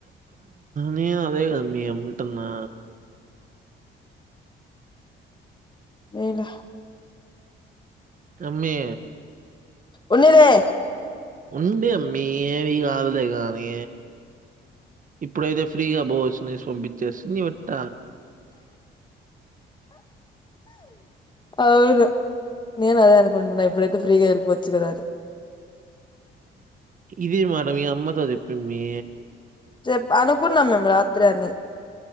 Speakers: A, on the right (about 40°); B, on the left (about 25°).
A: నేను అదే కదా మీ అముటున్నా
B: లేలే
A: అమ్మీ
B: ఉన్నీలే
A: ఉండి అమ్మీ ఏవి కాదులే కానీ ఇప్పుడైతే ఫ్రీగా పోవచ్చు నేసి పంపిచ్చేసి నీ వెట్ట
B: అవును నేను అదే అనుకుంటున్నా ఇప్పుడైతే ఫ్రీగా వెళ్ళిపోవచ్చు కదా అని
A: ఇదీ మాట మీ అమ్మతో చెప్పుమ్మీ
B: సెప్ అనుకున్నాం మేము రాత్రి అని